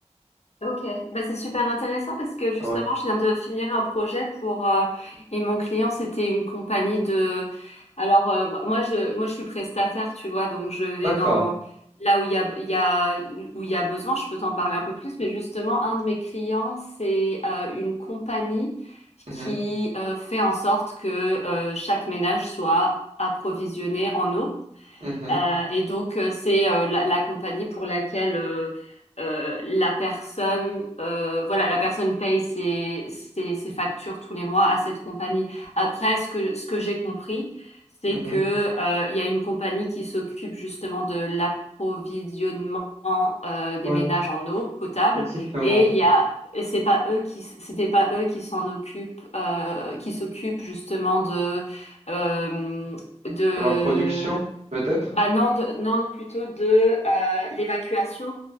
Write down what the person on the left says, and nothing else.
Ok, bah, c'est super intéressant parce que justement,
je viens de finir un projet pour euh, et mon client, c'était une compagnie de. Alors euh, moi, je moi je suis prestataire, tu vois, donc je vais
dans là où il y a il y a où où il y a besoin. Je peux t'en parler un peu plus, mais justement, un de mes clients, c'est euh, une compagnie
qui euh, fait en sorte que euh, chaque ménage soit approvisionné en eau.
Euh, et donc, euh, c'est euh, la, la compagnie pour laquelle euh, euh, la personne, euh, voilà, la personne paye ses, ses, ses factures tous les mois à cette compagnie. Après, ce que, ce que j'ai compris, c'est
que euh, il y a une compagnie qui s'occupe justement de l'approvisionnement euh, des
ménages en eau potable,
et il y a et c'est pas eux qui s- c'était pas eux qui s'en occupent euh, qui s'occupent justement de euh, de
bah non, de- non plutôt de euh, l'évacuation